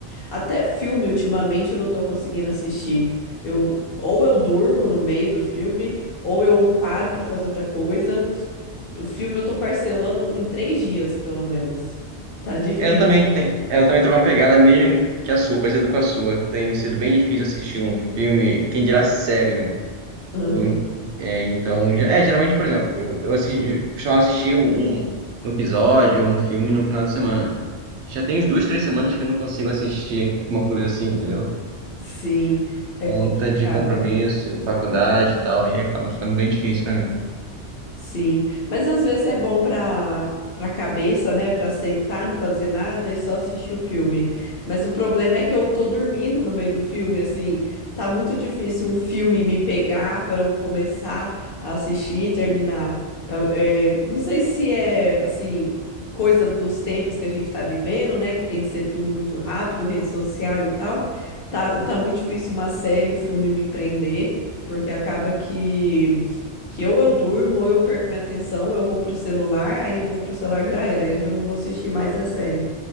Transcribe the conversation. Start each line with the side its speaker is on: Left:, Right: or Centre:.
Left: Até filme, ultimamente, eu não tô conseguindo assistir. Eu, ou eu durmo no meio do filme, ou eu paro pra fazer outra coisa. O filme eu tô parcelando em três dias, pelo menos. Tá difícil.
Right: Eu também tenho, eu também tô com uma pegada mesmo que a sua, parecida com a sua. Tem sido bem difícil assistir um filme, quem dirá série, né?
Left: Aham.
Right: Eu- é, então, ge- é, geralmente, por exemplo, eu, eu, assisti, eu costumava assistir um, um episódio ou um filme no final de semana. Já tem uns duas, três semanas que eu não consigo assistir uma coisa assim, entendeu?
Left: Sim, é
Right: conta
Left: complicado.
Right: de compromisso, faculdade e tal, aí acaba ficando bem difícil pra mim.
Left: Sim, mas às vezes é bom para para cabeça, né? Para sentar, não fazer nada e só assistir o filme. Mas o problema é que eu tô dormindo no meio do filme, assim, tá muito difícil um filme me pegar para eu começar a assistir e terminar. É, é, não sei se é assim coisa dos tempos que a gente tá vivendo, né? Que tem que ser tudo muito rápido, rede social e tal. Tá, tá muito difícil uma série, um filme me prender, porque acaba que que ou eu durmo, ou eu perco minha atenção, eu vou pro celular, aí eu vou pro celular já era, aí eu já não vou assistir mais a série.